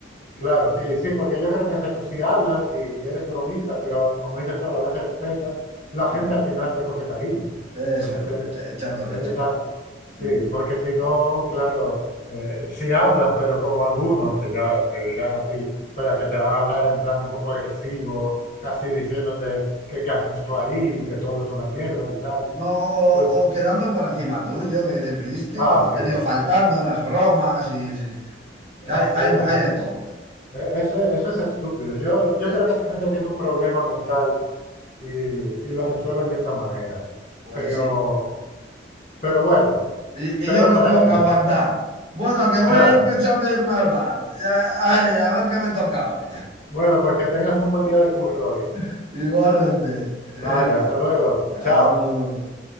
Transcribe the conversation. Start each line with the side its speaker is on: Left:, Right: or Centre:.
Left: claro, sí, sí, porque yo creo que es eso, si hablas y, y eres bromista, pero como dices tú, a la vez respetas, la
Right: Sí,
Left: gente al final te coge cariño.
Right: eso,
Left: Entonces eres,
Right: es, echa- echando
Left: eres
Right: leches.
Left: al... Sí,
Right: <laughs>
Left: porque si no, claro, eh, si hablas, pero como algunos que ya te dirán a ti, pero que te van a hablar en plan un poco agresivo, casi diciéndote que qué haces tú ahí, que todo es una mierda y tal,
Right: No, o,
Left: pues,
Right: o quedando por encima tuyo, que dices, pero este
Left: ah,
Right: como
Left: sí,
Right: medio faltando en las bromas y sí, que
Left: así
Right: hay, hay-
Left: es.
Right: hay de todo.
Left: E- Eso, eso es estúpido. Yo, yo
Right: Sí.
Left: creo que esa gente tiene un problema mental y, y lo resuelven de esa manera.
Right: Pues
Left: Pero,
Right: sí.
Left: pero bueno,
Right: Y,
Left: peor
Right: y yo los
Left: para
Right: tengo
Left: ellos.
Right: que aguantar. Bueno, que voy
Left: Claro.
Right: pensando irme al bar. Ya- ay, a ver qué me toca hoy.
Left: Bueno, pues que tengas un buen día de curro hoy.
Right: <laughs> Igualmente. Venga,
Left: Vale, hasta luego.
Right: agur.
Left: Chao.